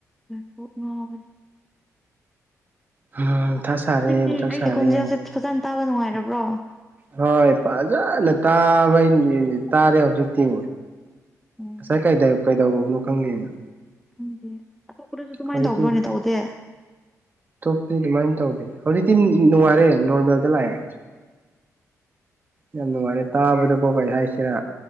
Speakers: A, in the centre; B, on the right (about 30°).
A: <unintelligible> ꯀꯣꯛ ꯉꯥꯎꯕꯅꯦ
B: ꯍꯝ ꯃꯊꯥ ꯁꯥꯔꯦ
A: ꯍꯧꯖꯤꯛꯇꯤ
B: ꯃꯊꯥ
A: ꯑꯩꯒꯤ
B: ꯁꯥꯔꯦ
A: ꯈꯣꯟꯖꯦꯜꯁꯦ ꯐꯖꯅ ꯇꯥꯕ ꯅꯨꯡꯉꯥꯏꯔꯕ꯭ꯔꯣ
B: ꯍꯣꯏ ꯐꯖꯅ ꯇꯥꯕꯩꯅꯤ ꯇꯥꯔꯦ ꯍꯧꯖꯤꯛꯇꯤ
A: ꯎꯝ
B: ꯉꯁꯥꯏ ꯀꯩꯗ ꯀꯩꯗꯧꯔꯨꯕꯅꯣ ꯈꯪꯗꯦꯅ
A: ꯈꯪꯗꯦ ꯑꯇꯣꯞꯄꯗꯁꯨ ꯑꯗꯨꯃꯥꯏꯅ
B: ꯍꯧꯖꯤꯛꯇꯤ
A: ꯇꯧꯕ꯭ꯔꯣꯅꯦ ꯇꯧꯗꯦ
B: ꯑꯇꯣꯞꯄꯗꯤ ꯑꯗꯨꯃꯥꯏꯅ ꯇꯧꯗꯦ ꯍꯧꯖꯤꯛꯇꯤ ꯅꯨꯡꯉꯥꯏꯔꯦ ꯅꯣꯔꯃꯦꯜꯗ ꯂꯥꯛꯑꯦ ꯌꯥꯝ ꯅꯨꯡꯉꯥꯏꯔꯦ ꯇꯥꯕꯗꯀꯣ ꯀꯩ ꯍꯥꯏꯁꯤꯔ